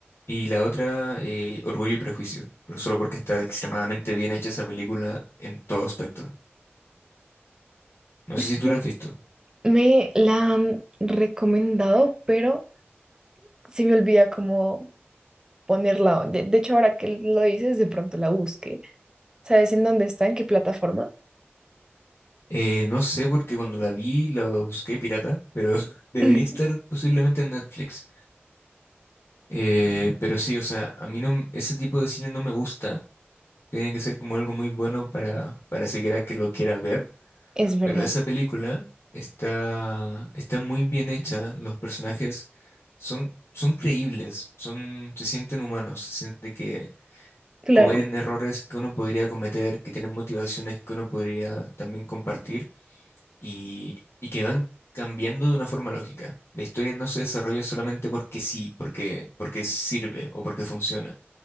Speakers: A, on the left; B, on the right.
A: y la otra eh, Orgullo y Prejuicio, pero solo porque está extremadamente bien hecha esa película en todo aspecto. No
B: sí,
A: sé si tú la has visto.
B: Me la han recomendado, pero se me olvida cómo ponerla. De, de hecho, ahora que lo dices, de pronto la busque. ¿Sabes en dónde está? ¿En qué plataforma?
A: Eh, no sé porque cuando la vi la busqué pirata, pero <laughs> debería
B: <laughs>
A: estar posiblemente en Netflix. Eh, pero sí, o sea, a mí no, m- ese tipo de cine no me gusta. Tiene que ser como algo muy bueno para, para siquiera que lo quiera ver.
B: Es verdad,
A: Pero esa película está, está muy bien hecha. Los personajes son, son creíbles, son, se sienten humanos, se siente que
B: claro.
A: cometen errores que uno podría cometer, que tienen motivaciones que uno podría también compartir y, y que van cambiando de una forma lógica. La historia no se desarrolla solamente porque sí, porque, porque sirve o porque funciona,